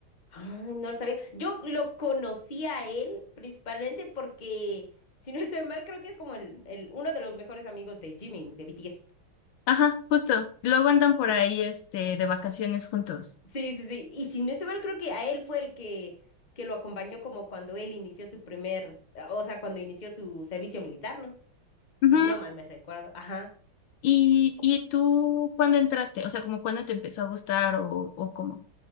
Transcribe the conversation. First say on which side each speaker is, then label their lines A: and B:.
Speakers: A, on the left; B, on the left.
A: Ay, no lo sabía. Yo lo conocí a él principalmente porque, si no estoy mal, creo que es como el, el- uno de los mejores amigos de Jimin, de BTS.
B: ajá, justo. Luego andan por ahí este, de vacaciones juntos.
A: Sí, sí, sí. Y si no estoy mal, creo que a él fue el que, que lo acompañó como cuando él inició su primer, o sea, cuando inició su servicio militar, ¿no? Sí,
B: Ujú.
A: no mal me recuerdo. Ajá.
B: ¿Y, y tú cuándo entraste? O sea, como cuándo te empezó a gustar o, o cómo.